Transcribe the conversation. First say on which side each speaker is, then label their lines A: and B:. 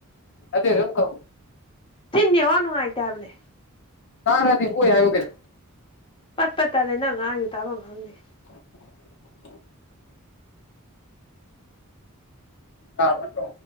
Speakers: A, on the left; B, on the left.
A: ꯑꯗꯦ ꯔꯝ ꯀ
B: ꯊꯤꯅꯤ ꯋꯥꯅꯅꯨꯡꯉꯥꯏꯇꯕꯅꯦ
A: ꯍꯥꯥ ꯅ ꯍꯣꯏ ꯍꯥꯏ ꯀꯦꯔꯦ
B: ꯄꯠꯄꯠ ꯇꯠꯂꯦ ꯅꯪ ꯉꯥꯡꯁꯨ ꯇꯥꯐꯝ ꯈꯪꯗꯦ
A: <unintelligible> ꯃꯠꯇꯣ